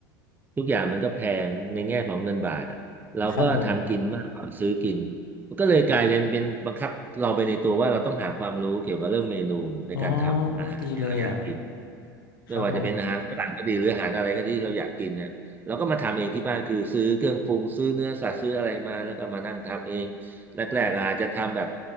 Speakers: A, on the right (about 15°); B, on the left (about 75°).
A: ทุกอย่างมันก็แพงในแง่ของเงินบาทอ่ะเราก็ทำกินมากกว่าซื้อกิน
B: ครับผม
A: นก็เลยกลายเป็นเป็นบังคับเราไปในตัวว่าเราต้องหาความรู้เกี่ยวกับเรื่องเมนูในการทำอาหารที่เราอยากกิน
B: อ๋อดีเลยอ่ะ
A: ไม่ว่าจะเป็นอาหารฝรั่งก็ดีหรืออาหารอะไรก็ดีเราอยากกินเนี่ยเราก็มาทำเองที่บ้านคือซื้อเครื่องปรุงซื้อเนื้อสัตว์ซื้ออะไรมาแล้วก็มานั่งทำเองแรกๆอาจจะทำแบบ
B: ครับผม